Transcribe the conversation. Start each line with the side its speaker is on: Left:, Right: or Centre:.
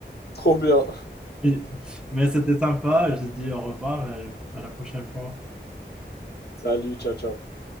Left: Trop bien.
Centre: Oui. Mais c'était sympa. J'ai dit au revoir et à la prochaine fois.
Left: <laughs> Salut, ciao, ciao.